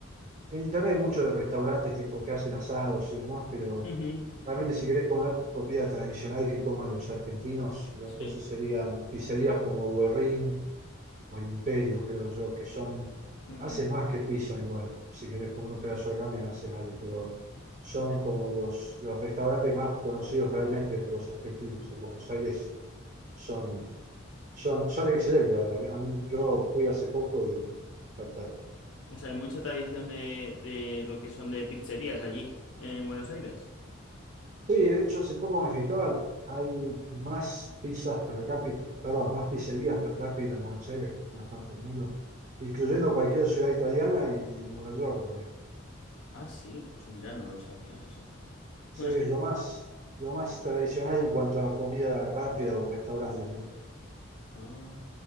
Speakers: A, on the right; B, on the left.
A: en internet hay muchos de restaurantes tipo que hacen asados y demás, pero
B: Ujú,
A: realmente si querés comer comida tradicional que coman los argentinos, las
B: Sí.
A: cosas serían pizzerías como Guerrín o el Imperio, creo yo, que son,
B: Ujú.
A: hace más que pizza igual, si querés comer un pedazo de carne hace ahí, pero son
B: Ya.
A: como los, los restaurantes más conocidos realmente por los argentinos en Buenos Aires, son, son, son excelentes, la verdad. A mí- yo fui hace poco y me encantaron.
B: O sea, hay mucha tradición de, de lo que son de pizzerías allí, en Buenos Aires.
A: Sí, de hecho hace poco me fijaba, hay más pizzas per cápita, perdón, más pizzerías per cápita en Buenos Aires que en ninguna parte del mundo, incluyendo cualquier ciudad italiana y, y Nueva York.
B: Ah, sí, pues mira, no lo sabía eso.
A: Sí,
B: Bueno,
A: es
B: es que...
A: lo más, lo más tradicional en cuanto a comida rápida o restaurantes, ¿verdad?
B: ah,